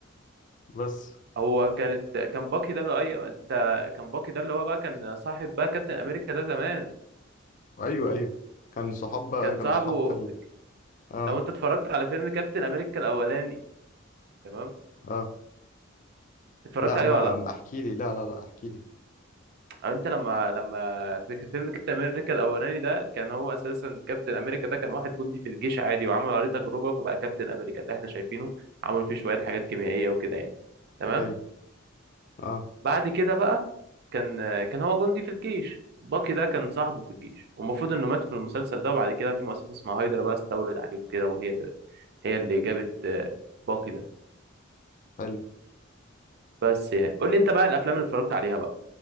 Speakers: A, on the left (about 40°); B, on the right (about 50°).
A: بس
B: هو كانت كان باقي ده اللي ايوه انت كان باقي ده اللي هو بقى كان صاحب بقى كابتن امريكا ده زمان
A: ايوه ايوه كان صحاب بقى
B: كان
A: كانوا
B: صاحبه
A: صحاب في ال... اه
B: لو انت اتفرجت على فيلم كابتن امريكا الاولاني تمام
A: اه
B: اتفرجت
A: لا
B: عليه
A: ما
B: ولا لا
A: ما احكي لي لا لا لا احكي لي
B: او انت لما لما في ك- فيلم كابتن امريكا الاولاني ده كان هو اساسا كابتن امريكا ده كان واحد جندي في الجيش عادي وعملوا عليه تجربه فبقى كابتن امريكا ده احنا شايفينه عملوا فيه شويه حاجات كيميائيه وكده يعني تمام
A: ايوه اه
B: بعد كده بقى كان كان هو جندي في الجيش باكي ده كان صاحبه في الجيش والمفروض انه مات في المسلسل ده وبعد كده في مؤسسه اسمها هايدرا بقى استولت عليه وكده وهي اللي هي اللي جابت آه، باكي ده
A: حلو
B: بس يعني قول لي انت بقى الافلام اللي اتفرجت عليها بقى